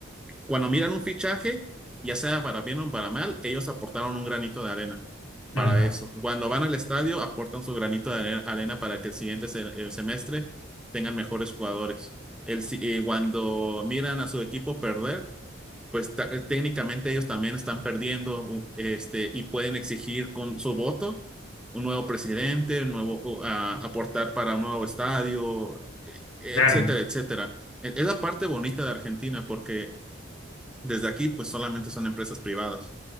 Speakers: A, in the centre; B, on the left.
A: cuando miran un fichaje, ya sea para bien o para mal, ellos aportaron un granito de arena para
B: no, no,
A: eso. Cuando van al estadio, aportan su granito de are- arena para que el siguiente se- el semestre tengan mejores jugadores. El, si- eh, cuando miran a su equipo perder, pues ta- eh, técnicamente ellos también están perdiendo u- este, y pueden exigir con su voto un nuevo presidente, un nuevo, o, a- aportar para un nuevo estadio, etcétera,
B: Claro,
A: etcétera. Es es la parte bonita de Argentina porque desde aquí, pues solamente son empresas privadas.